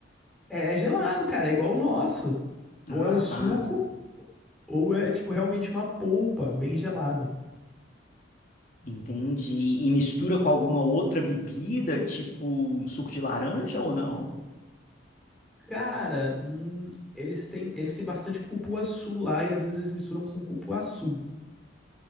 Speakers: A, in the centre; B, on the left.
A: É, é gelado, cara, é igual o nosso. Ou
B: Ah,
A: é um suco,
B: tá.
A: ou é tipo realmente uma polpa bem gelada.
B: Entendi. E mistura com alguma outra bebida, tipo um suco de laranja ou não?
A: Cara, hum, eles têm, eles têm bastante cupuaçu lá e às vezes eles misturam com cupuaçu,